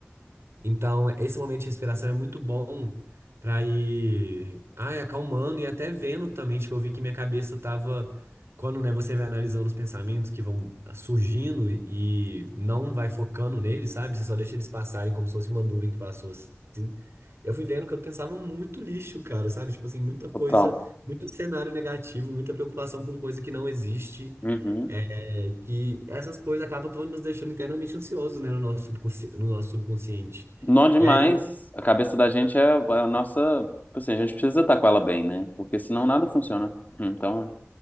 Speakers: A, on the right (about 65°); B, on the left (about 40°).
A: Então, esse momento de respiração é muito bom pra ir, ai, acalmando e até vendo também, tipo, eu vi que minha cabeça tava, quando, né, você vai analisando os pensamentos que vão ah, surgindo e não vai focando neles, sabe? Você só deixa eles passarem como se fosse uma nuvem que passou assim. Eu fui vendo que eu pensava muito lixo, cara, sabe? Tipo assim, muita coisa,
B: Total.
A: muito cenário negativo, muita preocupação com coisa que não existe.
B: Uhum.
A: É que essas coisas acabam por nos deixando internamente ansiosos, né, no nosso subconsci... no nosso subconsciente.
B: Nó demais.
A: E aí,
B: A cabeça da gente é, é a nossa. tipo Assim, a gente precisa estar com ela bem, né? Porque senão nada funciona. Então,